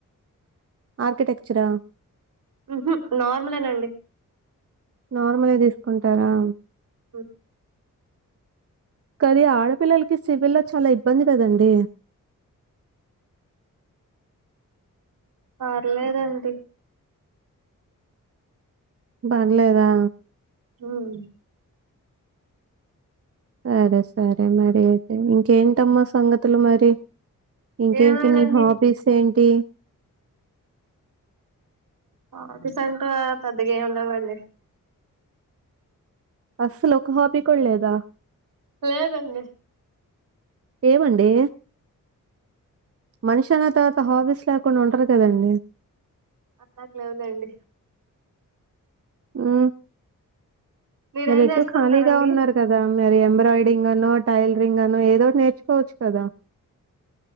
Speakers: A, on the right; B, on the right.
A: ఆర్కిటెక్చరా.
B: ఉహూ నార్మలేనండి.
A: నార్మలే తీసుకుంటారా.
B: ఉ
A: కానీ ఆడపిల్లలకి సివిల్ల్లో చాలా ఇబ్బంది కదండి
B: పర్లేేదండి
A: పర్లేదా.
B: ఉమ్.
A: సరే సరే మరి అయితే ఇంకేటమ్మ సంగత్. తులు మరి ఇంకేంటి
B: ఏం లేదండి
A: నీ హాబీస్ ఏంటి.
B: హాబీస్ అంటే పెద్దగా ఎంలేవండి.
A: అస్సలు ఒక హాబి కూడా లేదా.
B: లేదండి.
A: ఏమండీ మనిషన్న తర్వాత హాబిస్లా. కొన్ని ఉంటారు కదండి.
B: నాకు లేవులేండి.
A: ఉమ్.
B: మీరేం
A: మరి ఎట్టు
B: చేస్తూ
A: ఖాళీగా
B: ఉంటారండి
A: ఉన్నారు కదా మరీ ఎంబ్రాయిడరింగ్ అనో టైలరింగ్ అనో ఏదోటి నేర్చు. నేర్చుకోవచ్చు కదా.